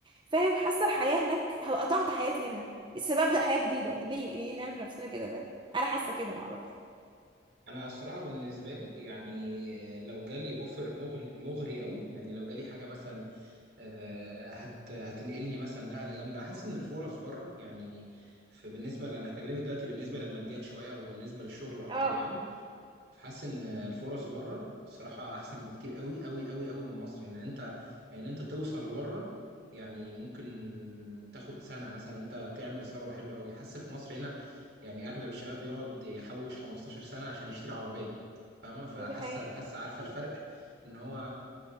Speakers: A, on the right (about 25°); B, on the right (about 70°).
A: فاهم حاسه الحياه هناك هبقى قطعت حياتي هنا السبب ده حياه جديده ليه ليه نعمل في نفسنا كده فاهم انا حاسه كده ما اعرفش
B: انا الصراحه بالنسبه لي يعني لو جالي اوفر مغري مغري قوي يعني لو جالي حاجه مثلا آه، هت هتنقلني مثلا نقله جامده احس ان الفرص بره يعني في بالنسبه ل- انا هكلمك دلوقتي بالنسبه للماديات شويه وبالنسبه للشغل اكتر
A: اه
B: يعني
A: اه
B: حاسس ان الفرص بره الصراحه احسن بكتير قوي قوي قوي قوي من مصر يعني انت يعني انت توصل بره يعني ممكن تاخد سنه مثلا انت تعمل ثروه حلوه قوي حاسس في مصر هنا يعني اغلب الشباب بيقعد يحوش 15 سنه عشان يشتري عربيه فاهمه فحاسه
A: دي حقيقة
B: حاسه عارفه الفرق <laughs> ان هو